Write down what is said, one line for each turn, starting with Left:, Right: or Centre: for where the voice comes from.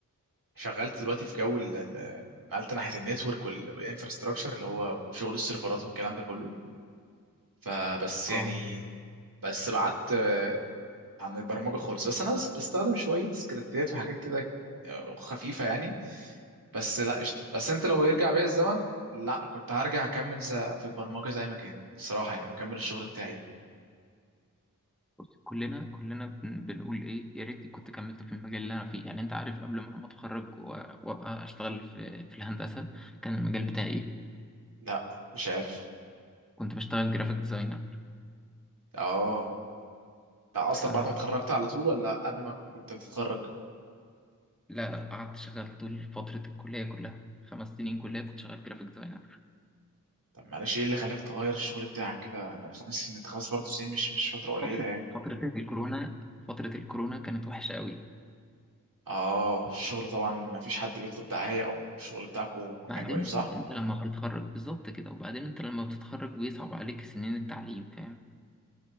Right: شغلت دلوقتي في جو ال- ال- نقلت ناحيه النتورك وال- والانفراستراكشر اللي هو شغل السيرفرات والكلام ده كله فبس يعني
Centre: أه
Right: بس بعدت آه، عن البرمجه خالص بس انا بس بستخدم شويه سكريبتات وحاجات كده آه، خفيفه يعني بس لا قشطه بس انت لو يرجع بيا الزمن لا كنت هرجع اكمل ز- في البرمجه زي ما كان الصراحه يعني اكمل الشغل بتاعي ده
Centre: بص كلنا كلنا بن- بنقول ايه يا ريتني كنت كملت في المجال اللي انا فيه يعني انت عارف قبل ما انا اتخرج و- وابقى اشتغل في في الهندسه كان المجال بتاعي ايه
Right: لا مش عارف
Centre: كنت بشتغل جرافيك ديزاينر
Right: اه ده
Centre: فلا
Right: اصلا بعد ما اتخرجت على طول ولا قبل ما كنت بتتخرج
Centre: لا لا، قعدت شغال طول فتره الكليه كلها خمس سنين كليه كنت شغال جرافيك ديزاينر
Right: طب معلش ايه اللي خلاك تغير الشغل بتاعك كده بعد خمس سنين خمس برضه سنين مش مش فترة قليلة
Centre: فتره
Right: يعني
Centre: فتره الكورونا فتره الكورونا كانت وحشه قوي
Right: اه الشغل طبعا ما فيش حد بيطلب دعاية او الشغل بتاعكو
Centre: بعدين
Right: كان واقف صح
Centre: انت لما بتتخرج بالظبط كده وبعدين انت لما بتتخرج بيصعب عليك سنين التعليم فاهم